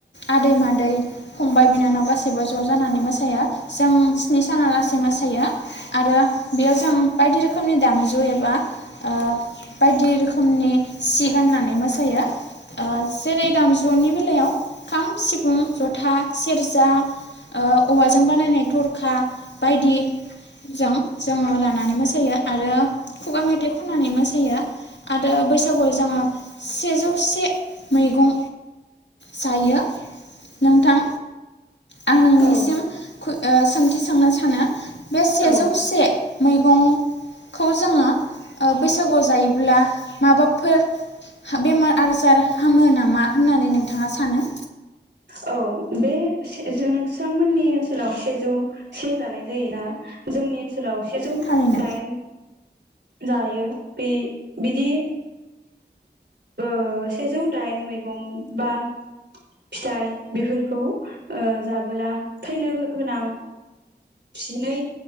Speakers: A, on the left; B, on the right.
A: आदै मादै फंबाय बिनानाव गासैबो ज' जानानै मोसायो जों स्नि सानहालासे मोसायो आरो बेयाव जों बायदि रोखोमनि दामजु दामजु एबा ओ बायदि रोखोमनि सि गाननानै मोसायो ओ जेरै दामजुनि बेलायाव खाम सिफुं ज'था सेरजा ओ औवाजों बानायनाय थरखा बायदिजों जोङो लानानै मोसायो आरो खुगा मेथाइ खननानै मोसायो आरो बैसागुआव जोङो सेजौसे मैगं जायो नोंथां आं नोंनिसिम
B: औ
A: ओ सोंथि सोंनो सानो? बे सेजौ
B: औ
A: से मैगं खौ जोङो ओ बैसागुआव जायोब्ला माबाफोर बेमार आजार हामो नामा होननानै नोंथाङा सानो?
B: औ बे से-नोंसांमोननि ओनसोलाव सेजौ से जानाय जायोना जोंनि ओनसो सोलाव सेजौ
A: थारैनो
B: दाइन जायो बे बिदि ओ सेजौ दाइन मैगं बा फिथाइ बेफोरखौ ओ जाबोला फैनो गोनां जिनै